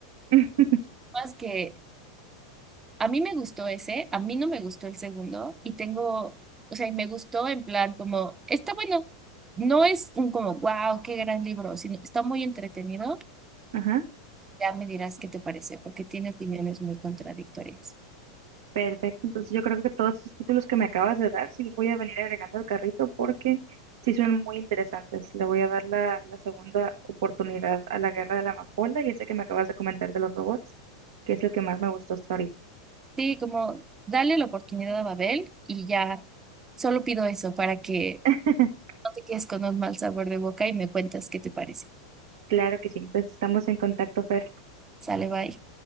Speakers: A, on the right; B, on the right.
A: <laughs>
B: más que a mí me gustó ese, a mí no me gustó el segundo y tengo, o sea, y me gustó en plan como, está bueno, no es un como, wow, qué gran libro, sino está muy entretenido.
A: Ajá.
B: Ya me dirás qué te parece, porque tiene opiniones muy contradictorias.
A: Perfecto, entonces yo creo que todos esos títulos que me acabas de dar, sí los voy a venir agregando al carrito porque sí son muy interesantes. Le voy a dar la, la segunda oportunidad a la Guerra de la Amapola y ese que me acabas de comentar de los robots, que es el que más me gustó hasta ahorita.
B: Sí, como, dale la oportunidad a Babel y ya, solo pido eso para que
A: <laughs>
B: no te quedes con un mal sabor de boca y me cuentas qué te parece.
A: Claro que sí, entonces estamos en contacto, Fer.
B: Sale, bye.